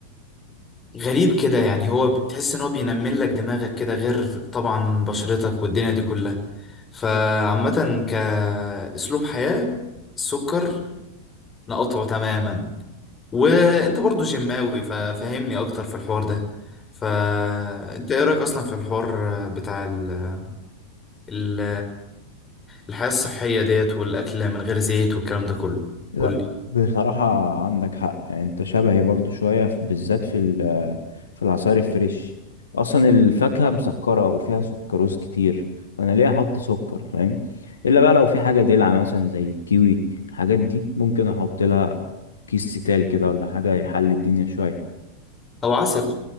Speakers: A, on the left; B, on the left.
A: غريب كده يعني هو بتحس ان هو بينمل لك دماغك كده غير طبعا بشرتك والدنيا دي كلها فعامة كأسلوب حياة السكر نقطعه تماما وانت برضو جماوي ففهمني اكتر في الحوار ده فانت ايه رايك اصلا في الحوار بتاع ال... ال... الحياه الصحيه ديت والاكل من غير زيت والكلام ده كله
B: لا
A: قولي
B: بصراحة عندك حق يعني انت شبهي برضو شوية في- بالذات في ال- في العصائر الفريش اصلا الفاكهة مسكرة وفيها سكروز كتير فانا ليه احط سكر فاهم الا بقى لو في حاجة دلع مثلا زي الكيوي الحاجات دي ممكن احط لها كيس ستال كده ولا حاجة يحل الدنيا شوية
A: او عسل